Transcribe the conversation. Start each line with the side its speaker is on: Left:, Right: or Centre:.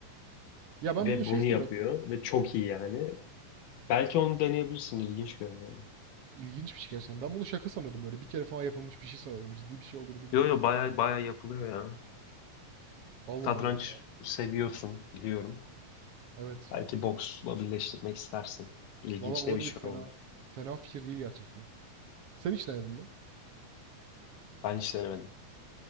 Right: Ya ben
Left: ve
Right: bunu şey
Left: bunu
Right: sanıyordum
Left: yapıyor
Right: ya.
Left: ve çok iyi yani. Belki onu deneyebilirsin ilginç görünüyordu.
Right: İlginç bir şey gerçekten. Ben bunu şaka sanıyordum böyle. Bir kere falan yapılmış bir şey sanıyordum. Ciddi bir şey olduğunu bilmiyordum.
Left: Yo yo baya baya yapılıyor ya.
Right: Allah
Left: Satranç
Right: Allah ya.
Left: seviyorsun biliyorum.
Right: Evet.
Left: Belki boksla birleştirmek istersin. İlginç
Right: Valla olabilir.
Left: de bir şey
Right: Fena
Left: olur.
Right: fena fikir değil gerçekten. Sen hiç denedin mi?
Left: Ben hiç denemedim.